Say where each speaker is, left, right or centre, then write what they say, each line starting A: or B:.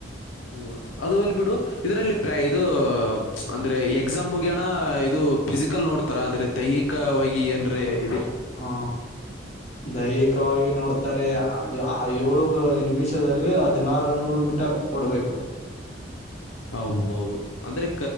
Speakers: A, on the left; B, on the left.
A: ಹ್ಮ ಅದು ಅಲ್ ಬಿಿಡು ಇದ್ರಲ್ಲಿ ಪ್ರ ಇದು ಅಂದ್ರೆ ಎಕ್ಸಾಮ್ ಮುಗಣ ಇದು ಫಿಸಿಕಲ್ ನೋಡ್ತಾರ ಅಂದ್ರೆ ದೈಹಿಕವಾಗಿ ಏನ್ೆ ಇ
B: ಹಾ ದೈಹಿಕವಾಗಿ ನೋಡ್ತಾರೆ ಏಳುಗ ನಿಮಿಷ ವಚ್ಚ ಹದಿನಾರು ನೂರು ಮೀಟರ್ ಕೊಡಬೇಕು
A: ಹೌದೌದು ಅಂದ್ರೆ